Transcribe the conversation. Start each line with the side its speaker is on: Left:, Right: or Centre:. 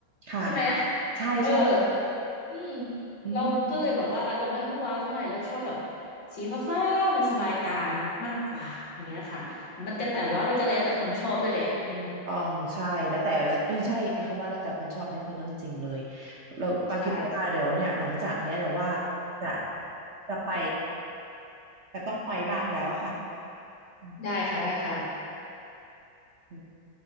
Right: ค่ะ
Left: ใช่ไหม
Right: ใช่ใช่
Left: เอออืม
Right: อืม
Left: เราก็เลยแบบว่าเราไม่ค่อยว้าวเท่าไหร่เราชอบแบบสีฟ้าๆมันสบายตามากกว่าอย่างเงี้ยค่ะมันก็แต่ว่ามันก็แล้วแต่คนชอบด้วยแหละอืม
Right: อ๋องใช่แล้วแต่แล้วเออใช่ไอ้คำว่าแล้วแต่คนชอบนี่คือเรื่องจริงเลยเราปาคิดว่าเดี๋ยวเนี่ยหลังจากเนี้ยเดี๋ยวว่า
Left: ใช่
Right: จะจะไป แต่ต้องไปบ้างแล้วอะค่ะอื
Left: ได้ค่ะได้ค่ะ
Right: ม